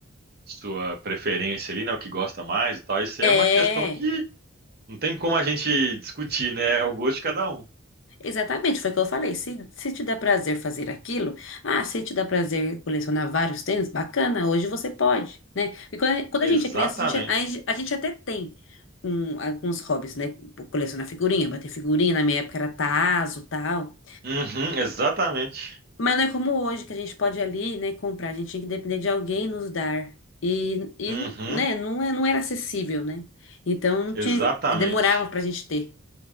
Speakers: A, on the right (about 50°); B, on the left (about 65°).
A: sua preferência ali, né? O que gosta mais e tal. Isso
B: É.
A: aí é uma questão que não tem como a gente discutir, né? É o gosto de cada um.
B: Exatamente, foi o que eu falei. Se, se te dá prazer fazer aquilo, ah, se te dá prazer colecionar vários tênis, bacana, hoje você pode, né? E quando a, gen- quando
A: Exatamente.
B: a gente é criança, a gente, a, gen- a gente até tem um- alguns hobbies, né? Colecionar figurinha, bater figurinha, na minha época era tazo, tal.
A: Uhum, exatamente.
B: Mas não é como hoje, que a gente pode ali, né, comprar, a gente tinha que depender de alguém nos dar. E, e
A: Uhum,
B: né, não, é, não era acessível, né? Então,
A: exatamente.
B: tinha, demorava pra gente ter,